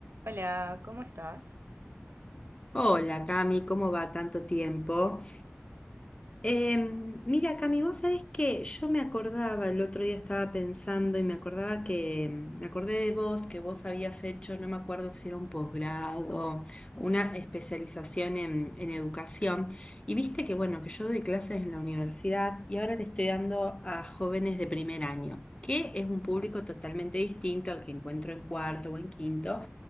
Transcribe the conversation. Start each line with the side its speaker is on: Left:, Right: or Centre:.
Right: Hola, ¿cómo estás?
Left: Hola Cami, ¿cómo va tanto tiempo? Em, mira Cami, vos sabés que yo me acordaba, el otro día estaba pensando y me acordaba que, me acordé de vos, que vos habías hecho, no me acuerdo si era un posgrado, una especialización en, en educación. Y viste que, bueno, que yo doy clases en la universidad y ahora le estoy dando a jóvenes de primer año, que es un público totalmente distinto al que encuentro en cuarto o en quinto.